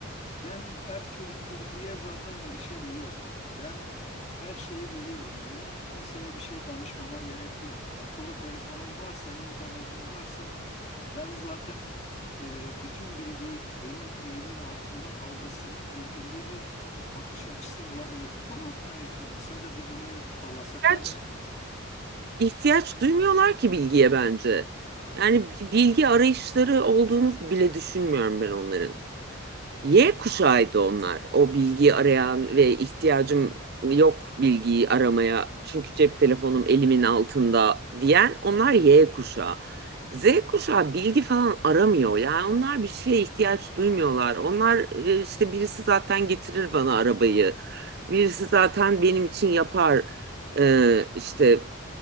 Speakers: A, on the left; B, on the right.
A: Ben her türlü bilgiye zaten erişebiliyorum. Ben her şeyi biliyorum. Benim kimseye bir şey danışmama gerek yok. Akıllı telefonum varsa, internetim varsa ben zaten e, bütün bilgiyi benim elimin altında algısının getirdiği bir bakış açısı olabilir. Bu konu hakkında ne düşünüyorsun? Kısaca bir cümleyle toparlasak
B: Gerçi
A: ne dersiniz?
B: ihtiyaç duymuyorlar ki bilgiye bence. Yani bilgi arayışları olduğunu bile düşünmüyorum ben onların. Y kuşağıydı onlar. O bilgiyi arayan ve ihtiyacım yok bilgiyi aramaya çünkü cep telefonum elimin altında diyen onlar Y kuşağı. Z kuşağı bilgi falan aramıyor. Yani onlar bir şeye ihtiyaç duymuyorlar. Onlar e, işte birisi zaten getirir bana arabayı. Birisi zaten benim için yapar e, işte,